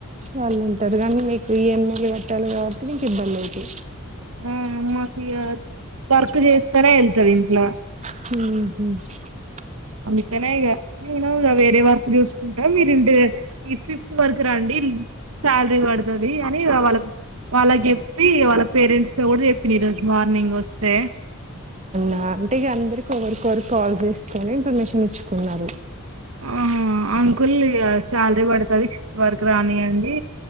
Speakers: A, on the right (about 30°); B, on the right (about 70°).
A: వాళ్ళు ఉంటారు కానీ మీకు ఇ ఎం ఐ కట్టాలి కాబట్టి నీకు ఇబ్బంది అకి
B: ఆ మాకు ఇ వర్క్ చేస్తారా వెళ్తుంది ఇంట్లో
A: హ
B: అందుకనే ఇక నేను ఇ వేరే వర్కు చూసుకుంటా మీరు ఇంటి ఈ ఫిఫ్త్ వర్కు రండి శాలరీ పడుతుది అని వాళ్ళ వాళ్ళకి చెప్పి వాళ్ళ పేరెంట్స్ త కూడా చెప్పంది ఈరోజు మార్నింగ్ వస్తే
A: ఆ అ అందరిక ఒకరికొరు కాల్ చేస్త ని ఇన్ఫర్మేషన్ ఇచ్చుకున్నారు
B: ఆహా అంకుల్ ఇగ శాలరీ పడుతది సిక్స్త్ వరకు రాని అండి